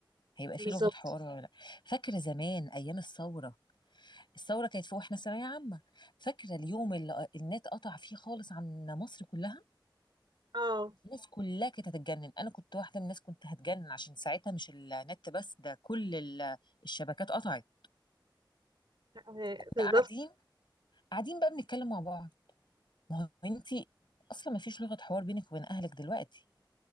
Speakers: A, on the left; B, on the right.
A: هيبقى في
B: بالظبط
A: لغه حوار ولا لا فاكره زمان ايام الثوره الثورة كانت في واحنا ثانوية عامة فاكرة اليوم اللي النت قطع فيه خالص عن مصر كلها
B: اه
A: الناس كلها كانت هتتجنن انا كنت واحدة من الناس كنت هتجنن عشان ساعتها مش النت بس ده كل ال- الشبكات قطعت
B: آه،
A: كنا
B: بالظبط
A: قاعدين قاعدين بقى بنتكلم مع بعض ما هو انتي اصلا ما فيش لغة حوار بينك وبين اهلك دلوقتي